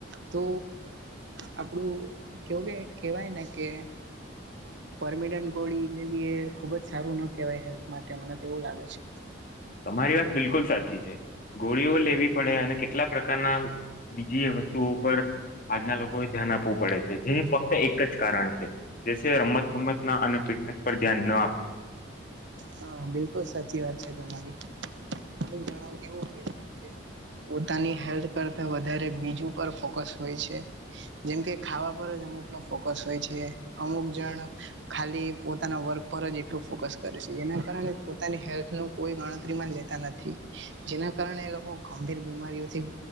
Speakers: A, on the right; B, on the left.
A: તો આપડું કેવું કે કેવાય ને કે પરમિનન્ટ ગોળી લેવી એ ખુબ જ સારું ના કહેવાય હેલ્થ માટે મને તેવું લાગે છે
B: અમારી વાત બિલકુલ સાચી છે ગોળીઓ લેવી પડે અને કેટલા પ્રકારના બીજી વસ્તુ તુ ઉપર આજના લોકોએ ધ્યાન આપવું પડે છે જે ફક્ત એક જ કારણ છે જે રમત ગમત ના અને ફિટનેસ પર ધ્યાન ના આપે
A: હા બિલકુલ સાચી વાત છે તમારી અવ હોય પોતાની હેલ્થ કરતા વધ બીજ ફોકસ હોય છે જેમ કે ખાવા પર જ અમુક ફોકસ હોય છે અમુક જણ ખાલી પોતાના વર્ગ પર જ એટલું ફોકસ કરે છે એના કારણે પોતાની હેલ્થ ન કોઈ ગણતરીમાં લેતા નથી જેના કારણે એ લોકો ગંભીર બીમારીઓથી